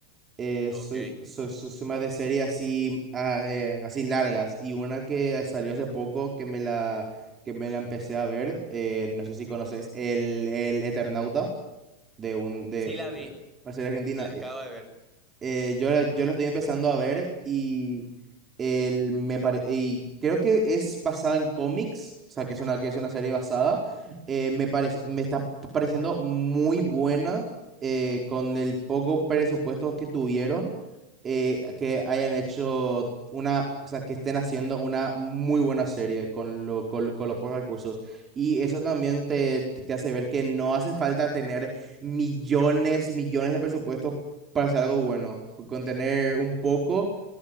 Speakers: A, on the right (about 25°); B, in the centre.
A: eh,
B: Ok.
A: soy, soy, soy, soy más de series así, ah, eh, así largas. Y una que salió hace poco que me la, que me la empecé a ver, eh, no sé si conoces, el, el Eternauta, de un, de
B: Sí
A: eh,
B: la vi,
A: una serie argentina.
B: la acabo
A: eh,
B: de ver.
A: eh, yo, la- yo la estoy empezando a ver y, el, me pare- y creo que es basada en cómics, o sea, que es una, que es una serie basada. eh, me parece, me está pareciendo muy buena eh, con el poco presupuesto que tuvieron, eh, que hayan hecho una, o sea, que estén haciendo una muy buena serie con lo, con, con los pocos recursos. Y eso también te, te hace ver que no hace falta tener millones, millones de presupuestos para hacer algo bueno. Con con tener un poco